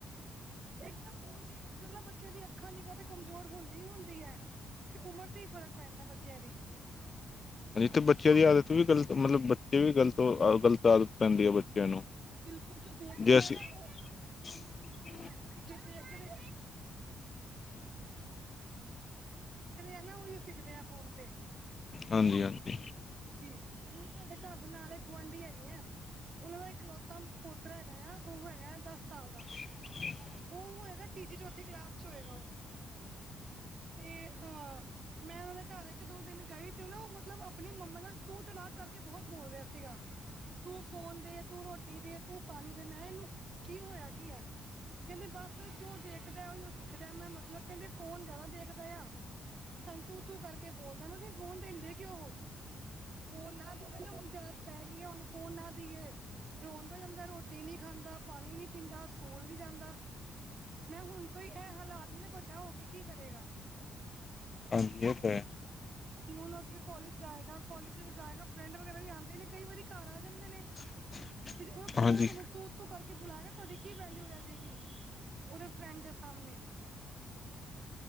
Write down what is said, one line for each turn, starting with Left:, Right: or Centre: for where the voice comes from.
Right: ਇਕ ਤੇ ਫੋਨ ਦੇਖ ਕ ਬੱਚੇ ਦੀ ਅੱਖਾਂ ਨਿਗਾ ਕਮਜ਼ੋਰ ਹੁੰਦੀ-ਹੁੰਦੀ ਹੈ। ਤੇ ਉਮਰ ਤੇ ਹੀ ਫ਼ਰਕ ਪੈਂ ਜਾਂਦਾ ਬੱਚਿਆਂ ਦੀ
Left: ਹਾਂਜੀ ਇੱਥੇ ਬੱਚਿਆਂ ਦੀ ਆਦਤ ਵੀ ਗਲਤ ਮਤਲਬ ਬੱਚੇ ਵੀ ਗਲਤ-ਗਲਤ ਆਦਤ ਪੈਂਦੀ ਹੈ ਬੱਚਿਆਂ ਨੂੰ
Right: ਬਿਲਕੁਲ ਜੋ ਦੇਖਦੇ
Left: ਜੇ ਅਸੀਂ
Right: ਆ ਨਾ ਉਹ
Left: <inaudible>
Right: <unintelligible> ਜੋ ਦੇਖਦੇ ਆ ਨਾ ਉਹੀ ਸਿੱਖਦੇ ਆ ਫੋਨ ਤੇ
Left: ਹਾਂਜੀ-ਹਾਂਜੀ
Right: ਜੀ ਹੁਣ ਸਾਡੇ ਘਰ ਦੇ ਨਾਲ ਗੁਆਂਢੀ ਹੈਗੇ ਆ। ਉਹਨਾਂ ਦਾ ਇਕਲੌਤਾ ਪੋਤਰਾ ਹੈਗਾ ਆ ਉਹ ਹੈਗਾ ਆ ਦਸ ਸਾਲ ਦਾ
Left: <inaudible>
Right: ਉਹ ਹੋਏਗਾ ਤੀਜੀ ਚੌਥੇ ਕਲਾਸ 'ਚ ਹੋਏਗਾ ਉਹ ਤੇ ਅਹ ਮੈਂ ਉਹਨਾਂ ਦਾ ਘਰ ਇੱਕ ਦੋ ਦਿਨ ਗਈ। ਤੇ ਉਹ ਨਾ ਮਤਲਬ ਆਪਣੀ ਮੰਮਾ ਨਾਲ ਤੂੰ ਤੜਾਕ ਕਰਕੇ ਬਹੁਤ ਬੋਲ ਰਿਹਾ ਸੀਗਾ। ਤੂੰ ਫੋਨ ਦੇ ਤੂੰ ਰੋਟੀ ਦੇ ਤੂੰ ਪਾਣੀ ਦੇ ਮੈਂ ਇਹਨੂੰ ਕੀ ਹੋਇਆ ਕੀ ਹੈ। ਕਹਿੰਦੇ ਬਸ ਜੋ ਦੇਖਦਾ ਵੀ ਉਹ ਸਿੱਖਦਾ ਮੈਂ ਮਤਲਬ ਕਹਿੰਦੇ ਫੋਨ ਜ਼ਿਆਦਾ ਦੇਖ ਦੇਖਦਾ ਸਾਨੂੰ ਤੂੰ-ਤੂੰ ਕਰਕੇ ਬੋਲਦਾ ਨਾ ਤੁਸੀਂ ਫੋਨ ਦਿੰਦੇ ਕਿਉ ਓ। ਫੋਨ ਨਾ ਦਊ ਕਹਿੰਦੇ ਹੁਣ ਆਦਤ ਪੈ ਗਈ ਹੈ ਉਹਨੂੰ ਫੋਨ ਨਾ ਦੇਈਏ। ਰੋਣ ਬੈਹ ਜਾਂਦਾ ਰੋਟੀ ਨੀ ਖਾਂਦਾ ਪਾਣੀ ਨੀ ਪੀਂਦਾ ਸਕੂਲ ਨੀ ਜਾਂਦਾ। ਮੈਂ ਹੁਣ ਤੋਂ ਹੀ ਇਹ ਹਾਲਾਤ ਨੇ ਤੇ ਵੱਡਾ ਹੋ ਕੇ ਕੀ ਕਰੇਗਾ।
Left: ਹਾਂਜੀ ਇਹ ਤਾਂ ਹੈ।
Right: ਹੁਣ ਅੱਗੇ ਕੋਲੇਜ ਜਾਏਗਾ ਕੋਲੇਜ 'ਚ ਜਾਏਗਾ ਫਰੈਂਡ ਵਗੈਰਾ ਵੀ ਆਂਦੇ ਨੇ ਕਈ ਵਾਰੀ ਘਰ ਆ ਜਾਂਦੇ ਨੇ।
Left: <inaudible>
Right: ਤੇ ਉਹ ਸਾਹਮਣੇ
Left: ਹਾਂਜੀ।
Right: ਤੂੰ ਤੂੰ ਕਰਕੇ ਬੁਲਾ ਕੇ ਤੁਹਾਡੀ ਕੀ ਵੈਲਿਊ ਰਹਿ ਜਾਏਗੀ ਉਹਦੇ ਫਰੈਂਡ ਦੇ ਸਾਹਮਣੇ